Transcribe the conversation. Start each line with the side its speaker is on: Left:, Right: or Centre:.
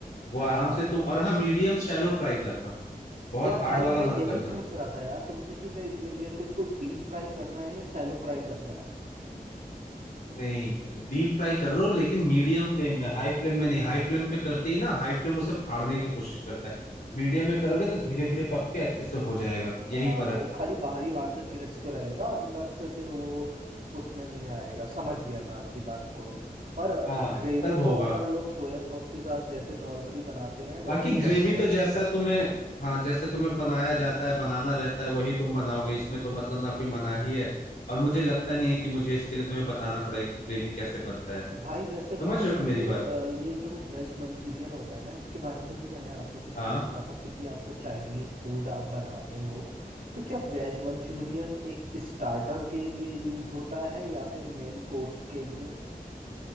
Left: वो आराम
Right: हाँ
Left: से तुम और हाँ मीडियम शैलो फ्राई करना बहुत
Right: यार
Left: हार्ड
Right: भाई
Left: वाला
Right: मैं यही
Left: मत करना
Right: पूछ रहा था यार तुमसे कि मैं मे, मेरे को इसको डीप फ्राई करना है या सैलो फ्राई करना है
Left: नहीं डीप फ्राई कर दो लेकिन मीडियम फ्लेम में हाई फ्लेम में नहीं हाई फ्लेम पे करते ही ना हाई फ्लेम उसे फाड़ने की कोशिश करता है मीडियम में करोगे तो धीरे धीरे पक के अच्छे से हो जाएगा यही
Right: हाँ
Left: फर्क
Right: वो
Left: है
Right: खाली बाहरी बाहर से क्रिस्प रहेगा अंदर से फिर वो उसमें नहीं आएगा समझ गया मैं आपकी बात को और
Left: हाँ
Right: ग्रेवी
Left: तब
Right: तो
Left: होगा
Right: अपन लोग सोया सॉस के साथ जैसे नॉर्मली बनाते हैं वैसे
Left: बाकी
Right: ही
Left: ग्रेवी
Right: बनेगा
Left: तो जैसा तुम्हें हाँ जैसे तुम्हें बनाया जाता है बनाना रहता है वही तुम बनाओगे इसमें तो मतलब ना कोई मनाही है और मुझे लगता नहीं है कि मुझे इसके लिए तुम्हें बताना पड़ेगा कि ग्रेवी कैसे बनता है
Right: भाई वैसे मतलब
Left: समझ रहे हो
Right: कि
Left: मेरी बात
Right: अ, ये जो वेज मंचूरियन होता है ना इसके बारे में भी मैंने आपसे कुछ
Left: हाँ
Right: पूछना था क्योंकि आपको चाइनीज़ फूड आप बनाते हो तो क्या वेज मंचूरियन एक स्टार्टर के लिए यूज़ होता है या फिर मेन कोर्स के लिए